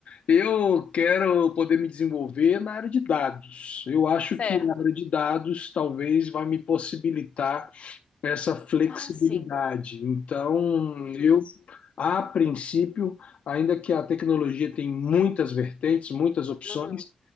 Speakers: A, on the left; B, on the left.
A: eu quero poder me desenvolver na área de dados. Eu acho
B: certo.
A: que a área de dados talvez vai me possibilitar essa flexibilidade.
B: Ah, sim.
A: Então,
B: Uhum,
A: eu, a princípio, ainda que a tecnologia tem muitas vertentes, muitas opções,
B: uhum.